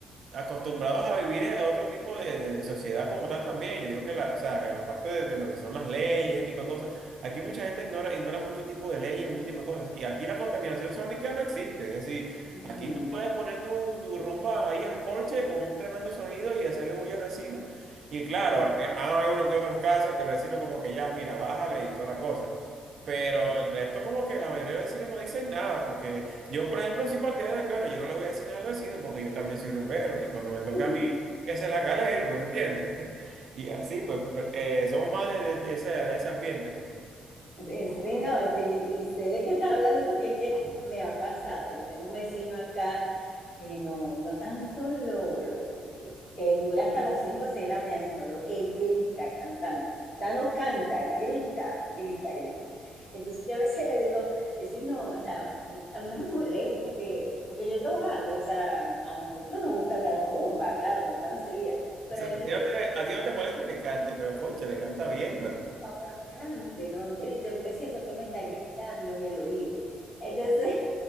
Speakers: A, on the right; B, on the left.
A: acostumbrados a vivir a otro tipo de, de- de sociedad como tal también. Yo digo que la, o sea, en la parte de, de lo que son las leyes, ese tipo de cosas, aquí mucha gente ignora, ignora mucho tipo de leyes, mucho tipo de cosas. Aquí, aquí la contaminación sónica no existe. Es decir,
B: Ujú,
A: aquí tú puedes poner tu, tu rumba ahí en el porche con un tremendo sonido y hacerle bulla al vecino. Y claro,
B: Sí,
A: ah hay uno que otros casos que el vecino como que ya, mira, bájale y toda la cosa. Pero
B: sí.
A: el resto como que la mayoría de los vecinos no dicen nada porque... Yo, por ejemplo, soy partidario de que, bueno, yo no le voy a decir nada al vecino porque yo también soy rumbero y cuando me toca
B: <laughs>
A: a mí, que se la cale él, pues, ¿me entiendes? <laughs> Y así, pues, prefer- eh, somos más de, de- de ese, de ese ambiente, pues.
B: Sí, sí, no, y, y sé de qué estás hablando porque es que me ha pasado. Yo tengo un vecino acá que no, no tanto lo, lo, lo que dura hasta las 5 o 6 de la mañana, sino lo que grita cantando. O sea, no canta, grita, grita, grita. Entonces yo a veces le digo, vecino, o sea, a mí no me molesta que, porque yo lo hago, o sea, a, mí- a nosotros nos gusta la rumba, claro, no tan seguida, pero
A: O sea,
B: a veces
A: a ti
B: le
A: no
B: digo,
A: te, a ti no te molesta que cante, pero concha, le canta bien,
B: "Miguel,
A: ¿vale?
B: por favor, cante, no grite, porque siento que me está gritando en el oído. Entonces,